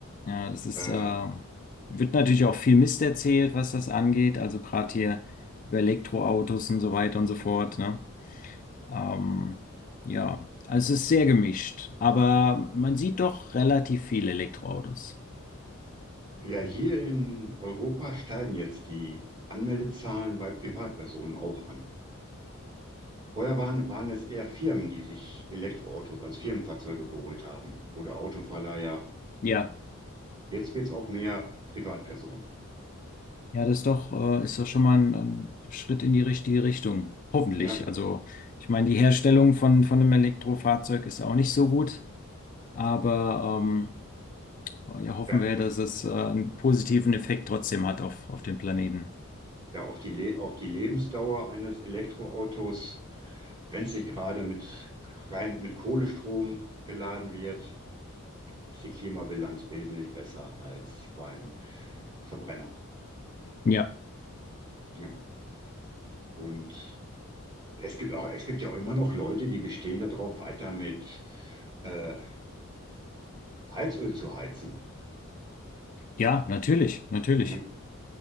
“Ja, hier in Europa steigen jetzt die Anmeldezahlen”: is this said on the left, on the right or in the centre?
Right